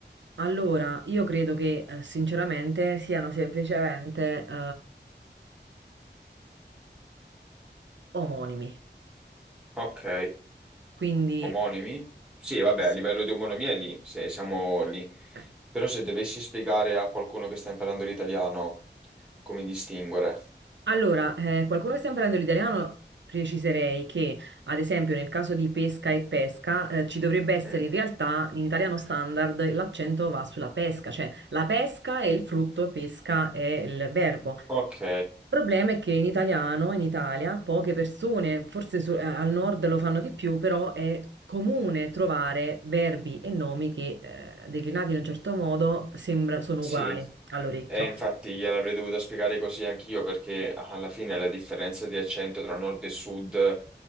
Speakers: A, on the right; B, in the centre.
A: allora io credo che eh, sinceramente siano semplicemente eh, omonimi,
B: Ok.
A: quindi...
B: Omonimi? Sì, vabbè,
A: s-
B: a livello di omonimia è lì, se siamo lì.
A: eh,
B: Però se dovessi spiegare a qualcuno che sta imparando l'italiano come distinguere.
A: Allora, eh, qualcuno che sta imparando l'italiano, preciserei che, ad esempio, nel caso di pesca e pesca, eh, ci dovrebbe essere
B: Mm.
A: in realtà, in italiano standard, l'accento va sulla pesca, cioè la pesca è il frutto, pesca è il verbo.
B: Ok,
A: Il problema è che in italiano, in Italia, poche persone, forse su- eh, al nord lo fanno di più, però è comune trovare verbi e nomi che, eh, declinati in un certo modo, sembra- sono
B: sì.
A: uguali all'orecchio.
B: E infatti gliel'avrei dovuto spiegare così anch'io perché alla fine la differenza di accento tra nord e sud